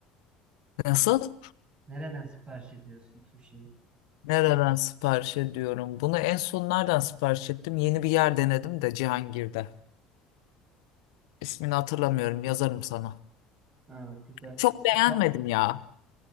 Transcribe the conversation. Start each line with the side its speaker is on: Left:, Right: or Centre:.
Left: Nasıl?
Right: Nereden sipariş ediyorsun sushi'yi?
Left: Nereden sipariş ediyorum? Bunu en son nereden sipariş ettim? Yeni bir yer denedim de Cihangir'de. İsmini
Right: Hı hı.
Left: hatırlamıyorum, yazarım sana.
Right: Ha, güzel.
Left: Çok beğenmedim
Right: E, pa-
Left: ya.